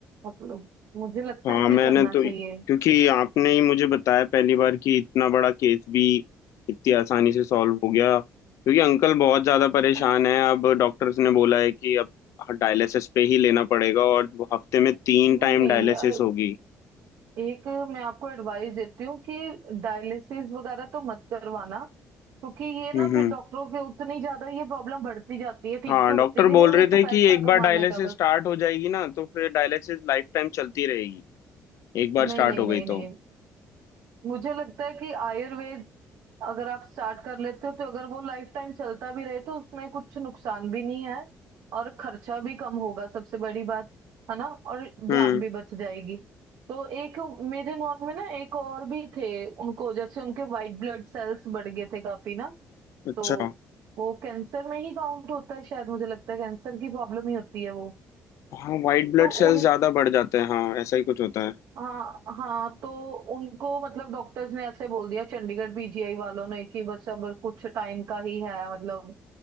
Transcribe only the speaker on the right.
मतलब मुझे लगता
है
कि करना
चाहिए
अ-
नहीं नहीं
अ,
एक मैं आपको एडवाइस देती हूँ कि डायलिसिस वगैरह तो मत करवाना क्योंकि ये ना
फिर
डॉक्टरों के उतनी ज्यादा ये प्रॉब्लम बढ़ती जाती है ठीक
तो होती
नहीं
वो
एक
पैसा
कमाने
का बस
नहीं
नहीं
नहीं
नहीं
मुझे लगता है कि आयुर्वेद अगर आप स्टार्ट कर लेते हो तो अगर वो लाइफ टाइम चलता भी रहे तो उसमें कुछ नुकसान भी नहीं है और खर्चा भी कम होगा सबसे बड़ी बात है ना और
जान भी बच जाएगी तो एक मेरे नॉन में ना एक और भी थे उनको जैसे उनके व्हाइट ब्लड सेल्स बढ़ गए थे काफी ना
तो वो कैंसर में ही काउंट होता है शायद मुझे लगता है कैंसर की प्रॉब्लम ही होती है वो
तो
उन
हाँ हाँ तो उनको मतलब डॉक्टर्स ने ऐसे बोल दिया चंडीगढ़ पीजीआई वालों ने कि बस अब कुछ टाइम का ही है मतलब